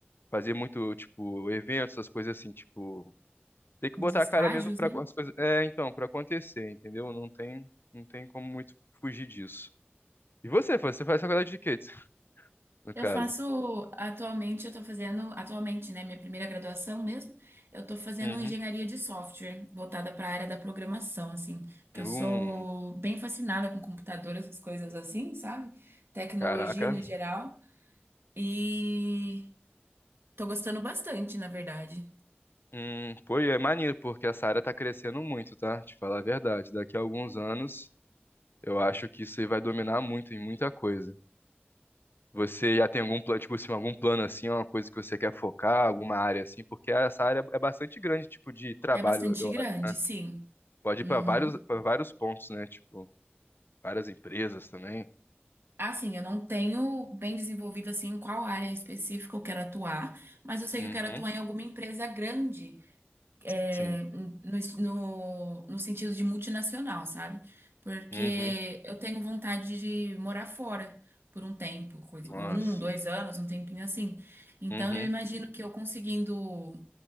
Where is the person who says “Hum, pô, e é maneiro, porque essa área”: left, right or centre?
Left